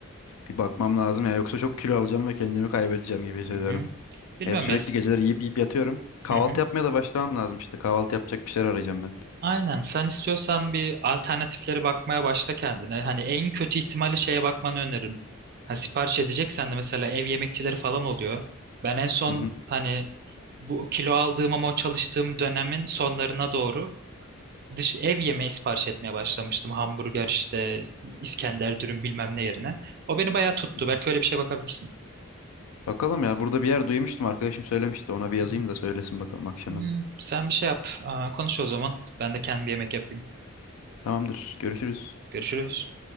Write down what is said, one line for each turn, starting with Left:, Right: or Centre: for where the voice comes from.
Left: Bir bakmam lazım ya yoksa çok kilo alacağım ve kendimi kaybedeceğim gibi hissediyorum.
Right: Hı hı. Bilmiyorum
Left: E, sürekli
Right: ya.
Left: geceleri yiyip yiyip yatıyorum. Kahvaltı
Right: Hı hı.
Left: yapmaya da başlamam lazım işte. Kahvaltı yapacak bir şeyler arayacağım ben.
Right: Aynen. Sen istiyorsan bir alternatiflere bakmaya başla kendine. Hani en kötü ihtimali şeye bakmanı öneririm. Ha, sipariş edeceksen de mesela ev yemekçileri falan oluyor. Ben en son
Left: Hı hı.
Right: hani bu kilo aldığım ama o çalıştığım dönemin sonlarına doğru dış ev yemeği sipariş etmeye başlamıştım. Hamburger işte İskender dürüm bilmem ne yerine. O beni bayağı tuttu.
Left: Hı hı.
Right: Belki öyle bir şeye bakabilirsin.
Left: Bakalım ya burada bir yer duymuştum arkadaşım söylemişti. Ona bir
Right: Hı
Left: yazayım
Right: hı.
Left: da söylesin bakalım akşama.
Right: Hmm, sen bir şey yap. Aa, konuş o zaman. Ben de kendi bir yemek yapayım.
Left: Tamamdır. Görüşürüz.
Right: Görüşürüz.